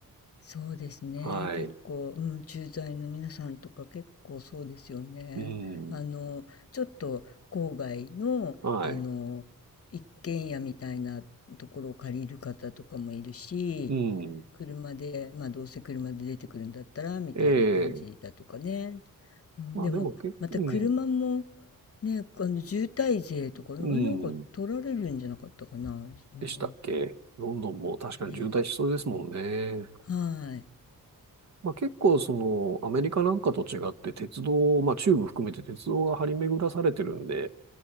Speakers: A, on the left (about 40°); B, on the right (about 50°).
A: そうですね結構、
B: はい、
A: うん、駐在の皆さんとか結構そうですよねあのちょっと郊外のあの一軒家みたいなところを借りる方とかもいるし
B: うん、はい、うん、
A: 車で、まあどうせ車で出てくるんだったらみたいな感じだとかね。
B: ええ、
A: うん、
B: まあでも結構、
A: でもまた車も
B: うん、
A: ね、あの渋滞税とかね、
B: うん、
A: え、なんか取られるんじゃなかったかな、今は。
B: でしたっけ。ロンドンも確かに渋滞しそうですもんね。
A: ね。はい。
B: まあ、結構そのアメリカなんかと違って鉄道、まあ中部含めて鉄道が張り巡らされてるんで、